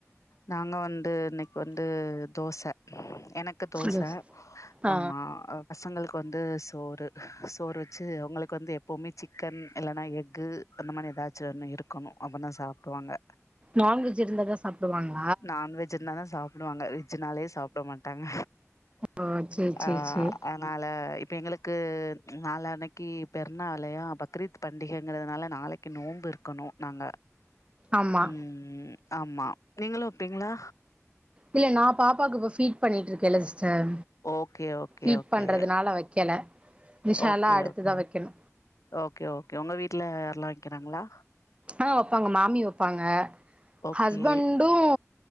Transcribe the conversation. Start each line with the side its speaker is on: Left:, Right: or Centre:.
Left: நாங்க வந்து இன்னைக்கு வந்து தோசை எனக்கு தோசை
Right: தோஸ் ஆ
Left: ஆமா பசங்களுக்கு வந்து சோறு சோறு வச்சு அவங்களுக்கு வந்து எப்பவுமே சிக்கன் இல்லன்னா எஃக்கு அந்த மாரி ஏதாச்சும் ஒன்னு இருக்கணும் அப்ப தான் சாப்டுருவாங்க
Right: நான்வெஜ் இருந்தா தா சாப்டுவாங்க
Left: நான்வெஜ் இருந்த தான் சாப்டுவாங்க வெஜ்ஜனாலே சாப்ட மாட்டாங்க
Right: ஓ சேரி
Left: ஆ
Right: சேரி சேரி
Left: அ னால இப்ப எங்களுக்கு நால அன்னைக்கு பெருனாளையா பக்ரீத் பண்டிகைங்கிறதுனால நாளைக்கு நோன்பு இருக்கணும் நாங்க
Right: ஆமா
Left: உம் ஆமா நீங்களும் வப்பீங்களா
Right: இல்ல நா பாப்பாக்கு இப்ப ஃபீட் பண்ணிட்டு இருக்கேன்ல்ல sister
Left: okay okay
Right: feed
Left: okay
Right: பண்றதுனால வைக்கல இன்ஷா
Left: ஓகே
Right: அல்லா அடுத்துதா
Left: ஓகே
Right: வைக்கணு
Left: ஓகே ஓகே உங்க வீட்ல யார்ல்லா வைக்கிறாங்களா
Right: ஆ வைப்பாங்க மாமி வைப்பாங்க
Left: ஓகே
Right: ஹஸ்பண்டும்